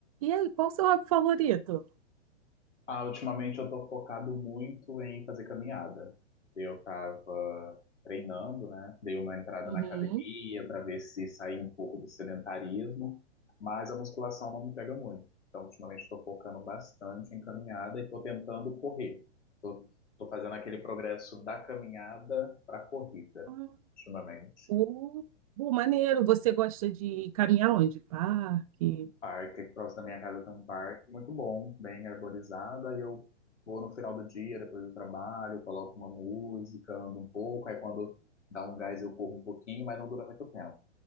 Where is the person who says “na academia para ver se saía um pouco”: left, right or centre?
Left